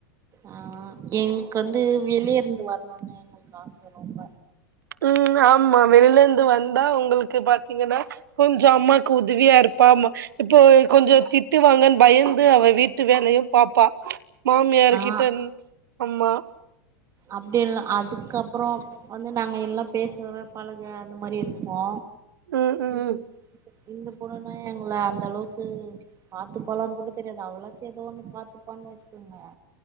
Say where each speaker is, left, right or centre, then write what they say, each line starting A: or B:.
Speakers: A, on the right (about 30°); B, on the right (about 80°).
A: ஆஹ் எங்ளுக்கு வந்து வெளியருந்து வரணுனு எங்களுக்கு ஆச ரொம்ப
B: உம் ஆமா வெளில இருந்து வந்தா உங்களுக்கு பாத்தீங்கன்னா கொஞ்சோ அம்மாக்கு உதவியா இருப்பா ஆமா இப்போ கொஞ்சோ திட்டு வாாங்கன்னு பயந்து அவ வீட்டு வேலையு பாப்பா மாமியார்க்கிட்டருந்
A: ஆ
B: அம்மா
A: அப்படி இல்ல அதுக்கப்புறோ ச்சு வந்து நாங்க எல்லா பேசற பழக அந்த மாரி இருப்போ
B: ம் ம்
A: இது இந்த பொண்ணுதா எங்கள அந்த அளவுக்கு பாத்துப்பாளான்னு கூட தெரியாது அவளாச்சு ஏதோ ஒண்ணு பாத்துப்பான்னு வெச்சுக்கங்க